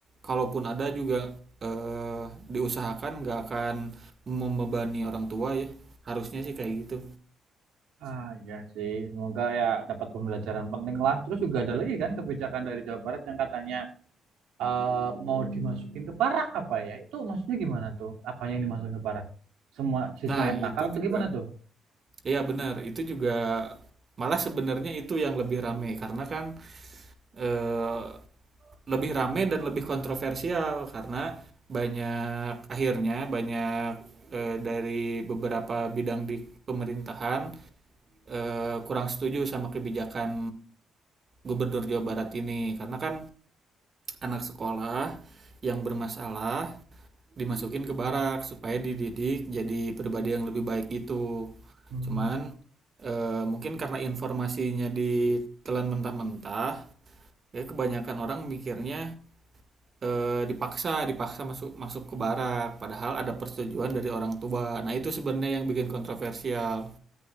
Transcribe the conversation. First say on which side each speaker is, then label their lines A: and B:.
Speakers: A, on the right; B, on the right.
A: kalaupun ada juga eh, diusahakan nggak akan membebani orang tua ya. Harusnya sih kayak gitu.
B: Ah ya sih semoga ya dapat pembelajaran penting lah terus juga ada lagi kan kebijakan dari Jawa Barat yang katanya eh, mau dimasukin ke barak apa ya itu maksudnya gimana tuh apa yang dimasukin ke barak semua siswa
A: Nah,
B: yang nakal
A: itu
B: atau
A: juga
B: gimana tuh?
A: iya benar, itu juga malah sebenarnya itu yang lebih rame karena kan eh, lebih rame dan lebih kontroversial karena banyak akhirnya banyak eh, dari beberapa bidang di pemerintahan eh, kurang setuju sama kebijakan gubernur Jawa Barat ini karena kan anak sekolah yang bermasalah dimasukin ke barak supaya dididik jadi pribadi yang lebih baik itu
B: Hmm.
A: cuman eh, mungkin karena informasinya ditelan mentah-mentah ya kebanyakan orang mikirnya eh, dipaksa dipaksa masuk masuk ke barak padahal ada persetujuan dari orang tua nah itu sebenarnya yang bikin kontroversial